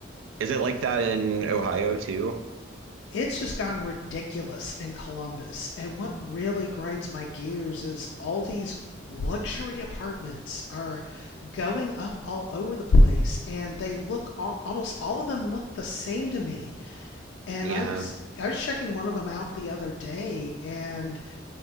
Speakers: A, on the right; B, on the left.
A: is it like that in Ohio too?
B: It's just gotten ridiculous in Columbus. And what really grinds my gears is all these luxury apartments are going up all over the place, and they look all, almost all of them look the same to me. And
A: Yeah.
B: I was I was checking one of them out the other day, and